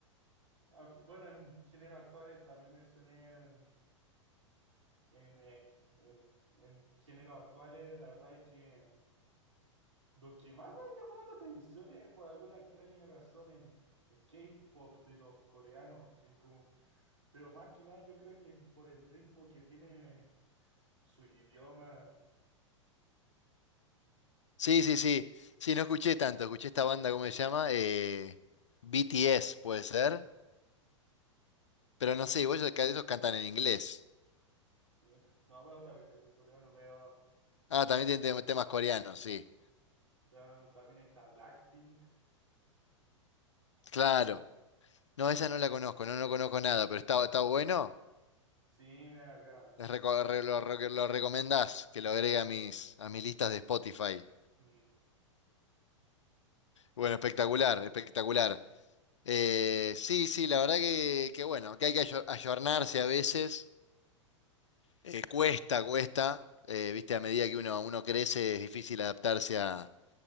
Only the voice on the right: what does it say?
Ah, bueno, en géneros actuales también mencioné en, eh, en, en géneros actuales, la verdad es que. Lo que más me ha llamado la atención es por alguna extraña razón el, el K-pop de los coreanos, que como, pero más que nada yo creo que es por el ritmo que tiene su idioma.
Mm,
sí,
eh,
sí. eh. No, bueno, también canto coreano, pero
da- también está Blackpink.
Sí, me agrada.
Sí.
mm,
sí.